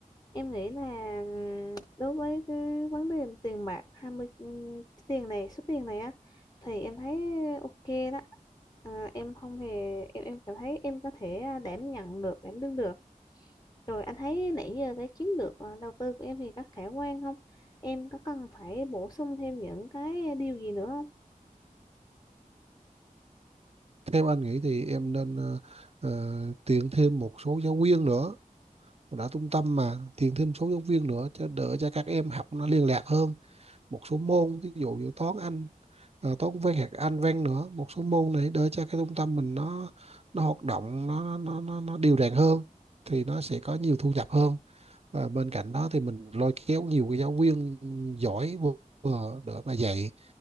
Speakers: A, on the left (about 30°); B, on the right (about 45°).
A: em nghĩ là ừm, đối với cái vấn đề tiền bạc 20 ừm, cái tiền này số tiền này á thì em thấy ok đó à, em không hề em em cảm thấy em có thể à, đảm nhận được đảm đương được rồi anh thấy nãy giờ cái chiến lược à, đầu tư của em thì có khả quan không em có cần phải bổ sung thêm những cái điều gì nữa
B: theo anh nghĩ thì em nên ờ, ờ, tuyển thêm một số giáo viên nữa đã trung tâm mà tuyển thêm số giáo viên nữa cho đỡ cho các em học nó liên lạc hơn một số môn ví dụ như toán anh ờ, toán văn hoặc anh văn nữa một số môn này đỡ cho cái trung tâm mình nó nó hoạt động nó nó nó, nó đều đặn hơn thì nó sẽ có nhiều thu nhập hơn và bên cạnh đó thì mình lôi kéo nhiều cái giáo viên giỏi vừa vừa đỡ mà dạy